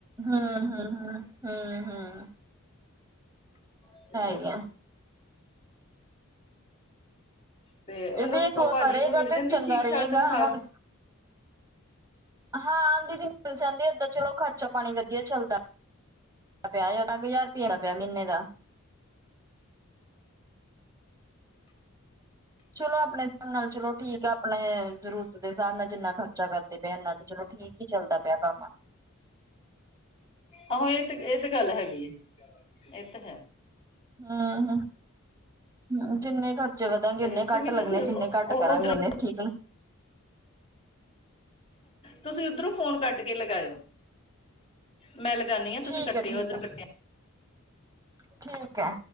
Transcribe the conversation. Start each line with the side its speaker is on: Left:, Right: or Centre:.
Right: ਹੂੰ-ਹੂੰ, ਹੂੰ-ਹੂੰ, ਹੂੰ।
Left: <unintelligible>
Right: ਹੀ ਆ।
Left: ਤੇ
Right: ਇਹ
Left: ਉਨੂੰ
Right: ਵੀ ਸੋ
Left: ਉਹ ਭਾਜੀ
Right: ਕਰੇਗਾ
Left: ਨੂੰ ਮਿਲ
Right: ਤੇ
Left: ਜਾਂਦੀ
Right: ਚੰਗਾ
Left: ਠੀਕ-ਠਾਕ
Right: ਰਹੇਗਾ
Left: ਤਨਖ਼ਾਹ।
Right: ਹੁਣ ਹਾਂ, ਦੀਦੀ ਮਿਲ ਜਾਂਦੀ ਏਦਾਂ ਚਲੋ ਖਰਚਾ ਪਾਨੀ ਵਧੀਆ ਚੱਲਦਾ। <unintelligible> ਮਹੀਨੇ ਦਾ। ਚਲੋ ਅਪਣੇ <unintelligible> ਨਾਲ ਚਲੋ ਠੀਕ ਆ ਅਪਣੇ ਨੇ ਜਰੂਰਤ ਦੇ ਹਸਾਬ ਨਾਲ ਜਿੰਨਾ ਖਰ ਚਾ ਕਰਦੇ ਪਏ ਆ ਐਨਾ ਤੇ ਚਲੋ ਠੀਕ ਈ ਚੱਲਦਾ ਪਿਆ ਕੰਮ।
Left: ਆਹੋ ਐਤੇ ਐ ਤੇ ਗੱਲ ਹੈਗੀ ਏ ਐ ਤੇ ਹੈ।
Right: ਹਾਂ-ਹਾਂ ਕਿੰਨੇ ਖਰ ਚੇ <unintelligible> ਜਿੰਨੇ
Left: ਤੇ
Right: ਉਨੇ
Left: ਸਿਮੀ
Right: ਕਾਟ ਲੱਗਣੇ
Left: ਤੁਸੀਂ ਉਧਰੋਂ
Right: ਜਿੰਨੇ ਕਾਟ ਕਰਾਂਗੇ ਉਨੇ ਠੀਕ ਨੇ।
Left: ਤੁਸੀਂ ਉੱਧਰੋਂ ਫੋਨ ਕੱਟ ਕੇ ਲਗਾਇਓ। ਮੈਂ ਲਗਾਣੀ ਆ। ਤੁਸੀਂ
Right: ਠੀਕ
Left: ਕੱਟਿਓ
Right: ਐ, ਠੀਕ
Left: ਇੱਧਰੋਂ
Right: ਐ,
Left: ਕੱਟਿਆ
Right: ਠੀਕ ਐ।